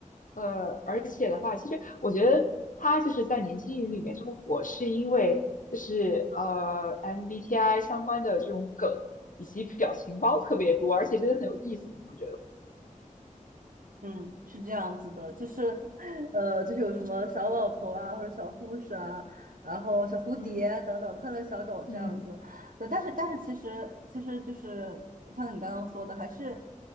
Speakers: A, on the left (about 75°); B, on the right (about 85°).
A: 呃，而且的话，其实。我觉得他就是在年轻人里面这么火，是因为就是呃 MBTI 相关的这种梗以及表情包特别多，而且真的很有意思，你不觉得吗？
B: 嗯，是这样子的，就是，呃，就是有什么小老头啊，或者小护士啊，然后小蝴蝶等等，
A: 嗯
B: 快乐小狗这样子。
A: 嗯
B: 对，但是但是其实其实就是像你刚刚说的，还是